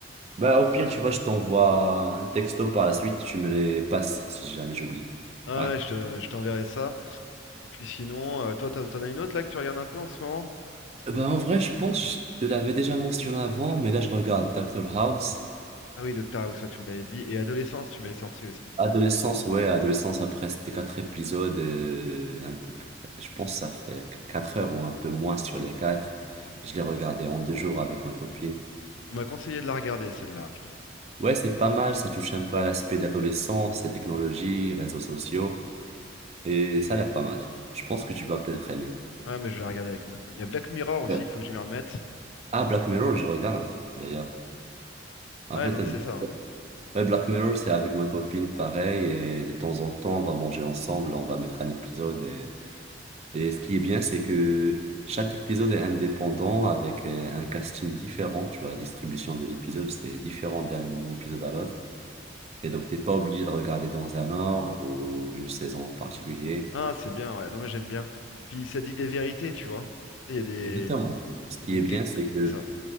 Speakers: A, on the right (about 35°); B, on the left (about 80°).
A: Bah, au pire, tu vois, je t'envoie un texto par la suite, tu me les passes si jamais j'oublie.
B: Ah
A: Ouais.
B: ouais, ouais, je te- je t'enverrai ça. Et puis sinon, euh, toi, t'en t'en as une autre là que tu regardes un peu en ce moment?
A: Euh, Bah, en vrai, je pense que je te l'avais déjà mentionné avant, mais là, je regarde Doctor House.
B: Ah oui, Doctor House, ouais, tu me l'avais dit. Et Adolescence, tu m'avais sorti aussi.
A: Adolescence, ouais, adolescence, après, c'était quatre épisodes, euh, un peu, près- je pense que ça fait qu- quatre heures ou un peu moins sur les quatre. Je l'ai regardé en deux jours avec ma copine.
B: On m'a conseillé de la regarder, celle-là, hein, je t'avoue.
A: Ouais, c'est pas mal, ça touche un peu à l'aspect d'adolescence, les technologies, réseaux sociaux, et ça a l'air pas mal. Je pense que tu vas peut-être aimer.
B: Ouais, mais je vais la regarder avec ma femme. Il y a Black Mirror aussi,
A: Ouais.
B: il faut que je m'y remette.
A: Ah, Black Mirror, je regarde, d'ailleurs. En
B: Ouais,
A: fait,
B: non,
A: euh,
B: mais c'est ça. hein.
A: ouais, Black Mirror, c'est avec ma copine pareil, et de temps en temps, on va manger ensemble, on va mettre un épisode. Et, et ce qui est bien, c'est que chaque épisode est indépendant avec euh, un casting différent. Tu vois, la distribution de l'épisode, c'est différent d'un épisode à l'autre. Et donc, t'es pas obligé de regarder dans un ordre ou une saison en particulier.
B: Ah, c'est bien, ouais. Non, mais j'aime bien. Puis ça dit des vérités, tu vois. Tu sais, Il y a des...
A: Exactement. Ce qui
B: il y a des
A: est
B: tec-
A: bien, c'est que
B: C'est ça.